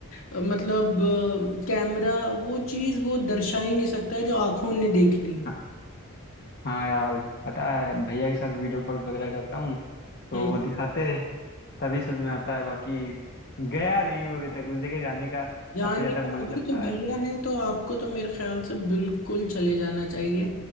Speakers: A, on the left; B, on the left.
A: अ, मतलब अ, कैमरा वो चीज़ वो दर्शा ही नहीं सकता है जो आंखों ने देख ली है
B: हाँ हाँ यार पता है भैया के साथ वीडियो कॉल वगैरह करता हूँ तो
A: हम्म।
B: वो दिखाते हैं तभी समझ में आता है बाकी गया नहीं हूँ अभी तक उस जगह जाने का काफी
A: जाने
B: ज्यादा
A: का
B: मन
A: अभी
B: करता
A: तो भैया
B: है
A: हैं तो आपको तो मेरे ख्याल से बिल्कुल चले जाना चाहिए